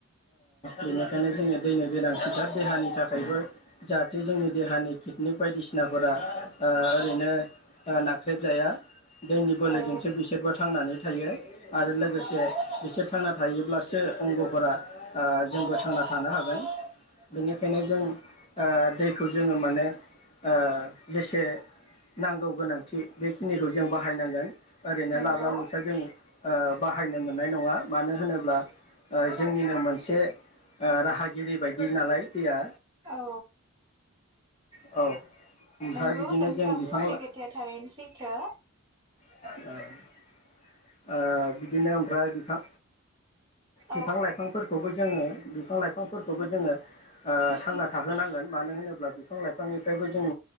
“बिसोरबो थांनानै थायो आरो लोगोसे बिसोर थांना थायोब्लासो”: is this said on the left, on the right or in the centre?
Left